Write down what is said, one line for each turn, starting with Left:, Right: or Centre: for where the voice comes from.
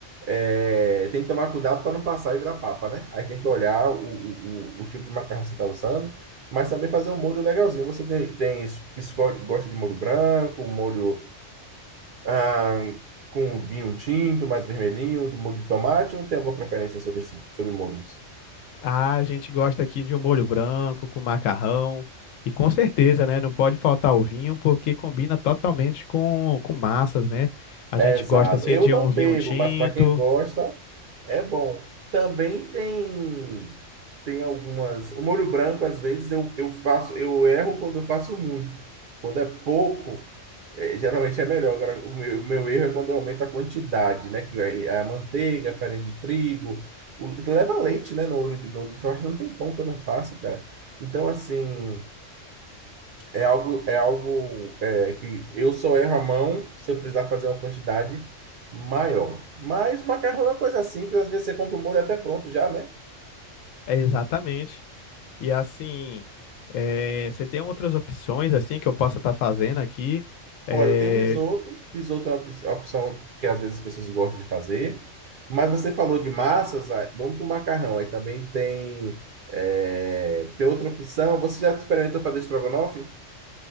Right: é, tem que tomar cuidado para não passar e virar papa, né? Aí tem que olhar o, o, o, o tipo de macarrão que você está usando, mas também fazer um molho legalzinho. Você tem, tem es- escolhe, gosta de molho branco, um molho ah, com vinho tinto, mais vermelhinho, de molho de tomate, ou tem alguma preferência sobre, sim- sobre molhos?
Left: Ah, a gente gosta aqui de um molho branco com macarrão. E com certeza, né? Não pode faltar o vinho, porque combina totalmente com, com massas, né? A
Right: Exato.
Left: gente gosta, assim,
Right: Eu
Left: de
Right: não
Left: um vinho
Right: bebo,
Left: tinto.
Right: mas para quem gosta, É bom. Também tem tem algumas. O molho branco, às vezes, eu, eu faço, eu erro quando eu faço muito. Quando é pouco, eh, geralmente é melhor. Agora, o meu, o meu erro é quando eu aumento a quantidade, né? Que vai a manteiga, a farinha de trigo. O, leva leite, né? No olho de novo. Eu acho que não tem pão que eu não faço, cara. Então, assim. É algo, é algo é, que eu só erro a mão se eu precisar fazer uma quantidade maior. Mas macarrão é coisa simples, às vezes você compra o molho até pronto já, né?
Left: É exatamente. E, assim, eh, você tem outras opções, assim, que eu possa estar fazendo aqui. Eh,
Right: Olha, eu tenho risoto, risoto é uma op- opção que às vezes as pessoas gostam de fazer. Mas você falou de massas, aí vamos para o macarrão. Aí também tem, é, tem outra opção. Você já experimentou fazer estrogonofe?